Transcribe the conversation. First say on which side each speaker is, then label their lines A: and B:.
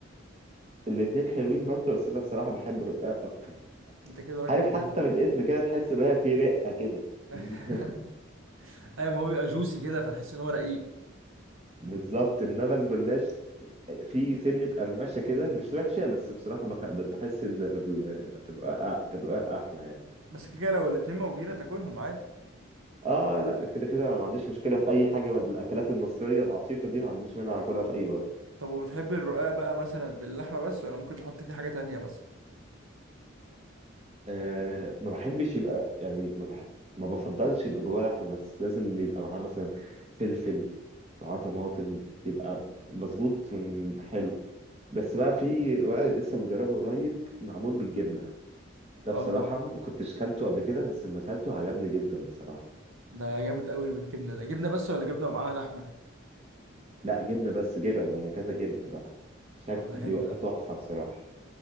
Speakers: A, on the right (about 30°); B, on the right (about 85°).
A: الاتنين حلوين برضه بس انا الصراحه بحب الرقاق اكتر
B: انت كده راجل
A: عارف
B: بتفهم
A: حتى من الاسم كده تحس ان هي في رقه كده
B: <laughs>
A: <laughs>
B: ايوه ما هو بيبقى جوسي كده فتحس ان هو رقيق
A: بالظبط انما الجلاش في سنه قرمشه كده مش وحشه بس بصراحه بخ- بتحس ان ال- الرقاق الرقاق احلى يعني
B: بس كده كده لو الاتنين موجودين تاكلهم عادي
A: اه لا كده كده ما عنديش مشكله في اي حاجه من الاكلات المصريه العتيقه دي ما عنديش مانع اكلها في اي وقت
B: طب وبتحب الرقاق بقى مثلا باللحمة بس ولا ممكن تحط فيه حاجة تانية مثلا
A: آه ما بحبش يبقى يعني ما بحب ما بفضلش يبقى جواه لحمه بس لازم يبقى معاه مثلا فلفل معاه طماطم يبقى مظبوط م- حلو بس بقى في رقاق لسه مجربه قريب معمول بالجبنه ده
B: اه
A: بصراحه ما كنتش كلته قبل كده بس لما كلته عجبني جدا بصراحه
B: ده جامد قوي بالجبنه ده جبنه بس ولا جبنه ومعاها لحمه
A: لا جبنه بس جبن يعني كذا جبنه بقى شكل
B: طب ده حلو
A: يبقى
B: ده
A: تحفه بصراحه